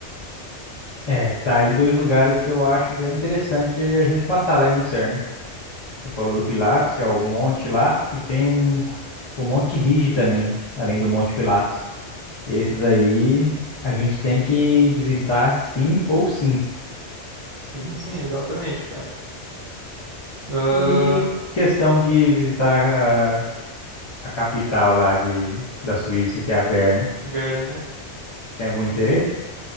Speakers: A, on the left; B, on the right.
A: é, tá aí dois lugares que eu acho bem interessante a gente passar lá em Lucerna. Você falou do Pilatos, que é o monte lá, e tem um, o Monte Rigi também, além do Monte Pilatos. Esses aí a gente tem que visitar sim ou sim.
B: Sim, sim, exatamente, cara. Ahn,
A: E questão de visitar a capital lá de, da Suíça, que é a Berna.
B: Berna, né?
A: Tem algum interesse?